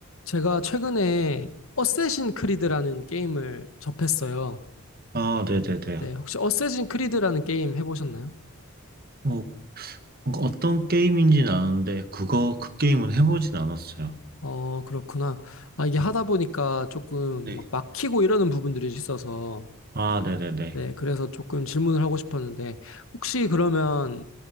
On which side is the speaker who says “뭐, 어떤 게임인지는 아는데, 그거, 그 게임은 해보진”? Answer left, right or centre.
Right